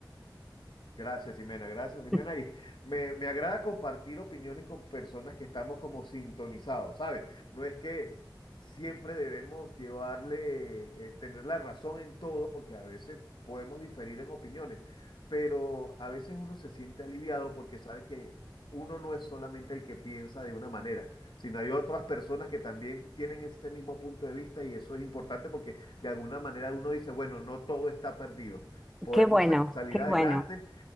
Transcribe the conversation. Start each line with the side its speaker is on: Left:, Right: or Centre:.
Left: Gracias, Ximena. Gracias, Ximena.
Centre: <laughs>
Left: Y me, me agrada compartir opiniones con personas que estamos como sintonizados, ¿sabes? No es que siempre debemos llevarle, eh, tener la razón en todo, porque a veces podemos diferir en opiniones, pero a veces uno se siente aliviado porque sabe que uno no es solamente el que piensa de una manera, sino hay otras personas que también tienen este mismo punto de vista y eso es importante porque de alguna manera uno dice, bueno, no todo está perdido. Podemos
Centre: Qué bueno,
Left: sa- salir
Centre: qué
Left: adelante
Centre: bueno.